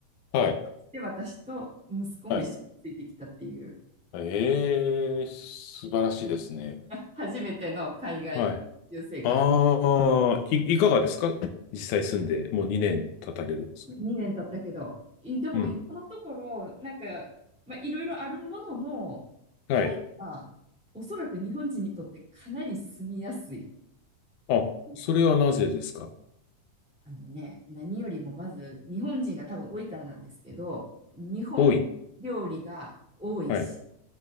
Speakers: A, on the left (about 75°); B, in the centre.
A: はい、
B: で、私と息子も一緒についてきたっていう。
A: はい。ええ、素晴らしいですね。
B: 初めての海外留生活。
A: はい。ああ、い、いかがですか実際住んで、もう2年経たれるんですけど。
B: 2年経ったけど。でも今のところ、
A: うん。
B: なんか、まあ、いろいろあるものの、
A: はい。
B: タイはおそらく日本人にとってかなり住みやすい。
A: あ、
B: いや
A: それはなぜですか
B: あのね、何よりもまず日本人が多分多いからなんですけど、日本料理が多いし、
A: 多い。はい。